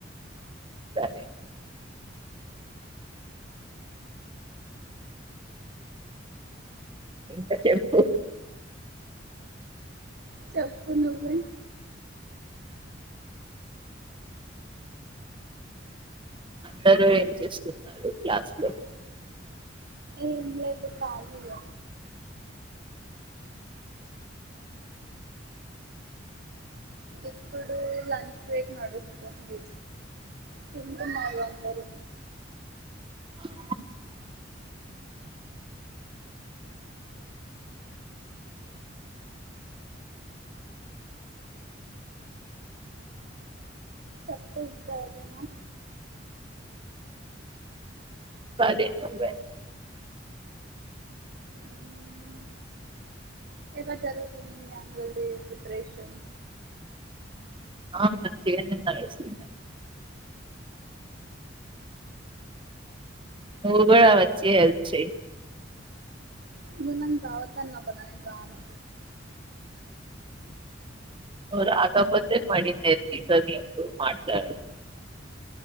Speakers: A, on the right; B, on the right.
A: సరే ఇంకా చెప్పు
B: చెప్పు నువ్వే
A: అందరూ ఏం చేస్తున్నారు క్లాస్ లో
B: ఏంలేదు ఖాలీయే ఇప్పుడు లంచ్ బ్రేక్ నడుస్తుంది తింటున్నారు అందరూ
A: హా
B: చెప్పు ఇంకా ఏదైనా
A: చెప్పాలి నువ్వే
B: మ్మ్. ఎలా జరుగుతుంది మీ అన్యువల్ డే ప్రిపరేషన్
A: ఆ మంచిగానే నడుస్తుందండి నువ్వు కూడా వచ్చి హెల్ప్ చేయ్
B: నువ్వు నన్ను రావద్దు అన్నావ్ కదా నేను రాను
A: నువ్వు రాకపోతే మరి నేను నీతో ఎప్పుడూ మాట్లాడను